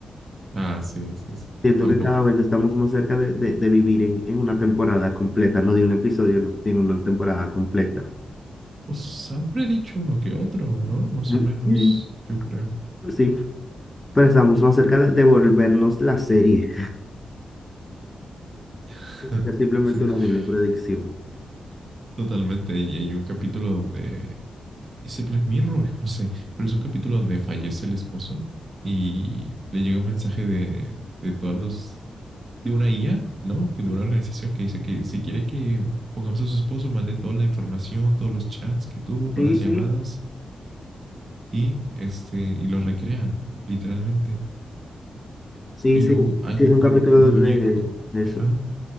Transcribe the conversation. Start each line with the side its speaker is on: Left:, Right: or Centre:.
Right: Ah, sí, sí, sí.
Left: siento
Right: Tampoco.
Left: que cada vez estamos más cerca de, de- de vivir en, en una temporada completa, no de un episodio, no, sino una temporada completa.
Right: Os han predicho uno que otro, ¿no? Más
Left: Mm,
Right: o menos,
Left: Sí,
Right: yo creo.
Left: pues sí, pero estamos más cerca de, de volvernos la serie.
Right: <laughs>
Left: Es simplemente una simple predicción.
Right: Totalmente. Y hay un capítulo donde... Ese Black Mirror, no sé, pero es un capítulo donde fallece el esposo y le llega un mensaje de, de todos los de una IA, ¿no? Que de una organización que dice que si quiere que pongamos a su esposo, mande toda la información, todos los chats que tuvo, todas
Left: Sí,
Right: las
Left: sí,
Right: llamadas y, este, y lo recrean, literalmente.
Left: sí,
Right: Y
Left: sí,
Right: luego hay
Left: sí, es
Right: un,
Left: un
Right: como
Left: capítulo
Right: un muñeco,
Left: de, de eso.
Right: ajá,